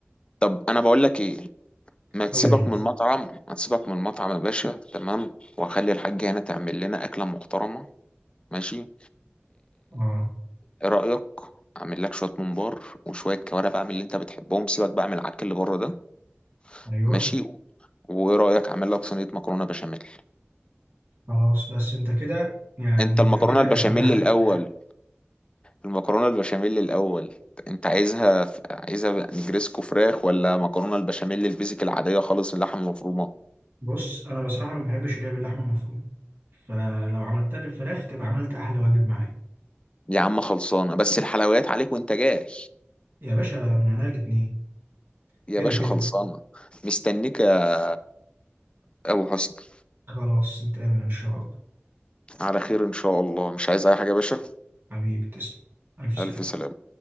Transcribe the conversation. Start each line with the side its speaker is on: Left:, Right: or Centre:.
Left: طب انا بقول لك ايه ما تسيبك
Right: قول لي
Left: من المطعم ما تسيبك من المطعم يا باشا تمام واخلي الحاجة هنا تعمل لنا اكلة محترمة ماشي آه،
Right: آه
Left: ايه رأيك اعمل لك شوية ممبار وشوية كوارع بقى من اللي انت بتحبهم سيبك بقى من العك اللي بره ده
Right: أيوه
Left: ماشي وايه رأيك اعمل لك صينية مكرونة بشاميل
Right: خلاص بس أنت كده يعني
Left: انت المكرونة
Right: أنت كده
Left: البشاميل
Right: خلاص <laughs>
Left: الاول المكرونة البشاميل الاول انت عايزها عايزها نجريسكو فراخ ولا مكرونة البشاميل البيزك العادية خالص اللحمة المفرومة
Right: بص أنا بصراحة ما بحبش اللي هي باللحمة المفرومة فلو عملتها بالفراخ تبقى عملت أحلى واجب معايا
Left: يا عم خلصانة بس الحلويات عليك وانت جاي
Right: يا باشا من عنا الاتنين
Left: يا
Right: كده
Left: باشا
Right: كده
Left: خلصانة مستنيك يا أبو حسني
Right: خلاص نتقابل إن شاء الله
Left: على خير إن شاء الله مش عايز أي حاجة يا باشا
Right: حبيبي تسلم ألف سلامة
Left: ألف سلامة